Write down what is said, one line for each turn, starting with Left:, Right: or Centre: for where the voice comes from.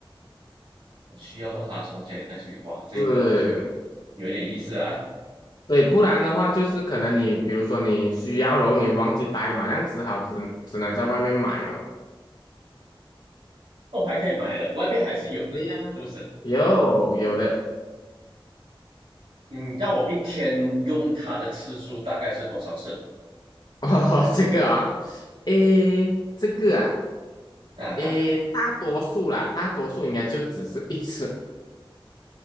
Right: 我需要到它从家里带出去，哇，这个
Left: 是，
Right: 有一点意思啊，
Left: 对，不然的话就是可能你比如说你需要，然后你忘记带嘛，那样只好只只能在外面买咯。
Right: 哦，还可以买的，外面还是有的，
Left: 哎呀，
Right: 是不是？
Left: 有有的
Right: 嗯，让我一天用它的次数大概是多少次？
Left: <laughs> 哦，这个啊，诶，这个啊。
Right: 啊哈，
Left: 诶，大多数啦，大多数应该就只是一次